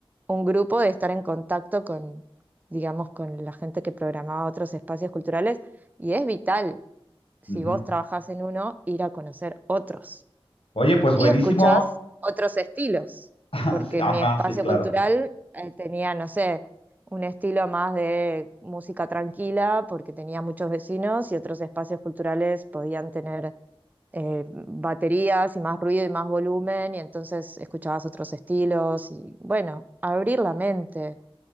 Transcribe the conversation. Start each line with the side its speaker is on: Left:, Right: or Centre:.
Right: un grupo de estar en contacto con, digamos, con la gente que programaba otros espacios culturales. Y es vital si
Left: Ujú.
Right: vos trabajás en uno, ir a conocer otros.
Left: Oye, pues
Right: Y
Left: buenísimo.
Right: escuchás otros estilos,
Left: <laughs>
Right: porque
Left: Ajá,
Right: mi espacio
Left: sí, claro.
Right: cultural eh, tenía, no sé, un estilo más de música tranquila, porque tenía muchos vecinos y otros espacios culturales podían tener eh, baterías y más ruido y más volumen, y entonces escuchabas otros estilos y bueno, abrir la mente,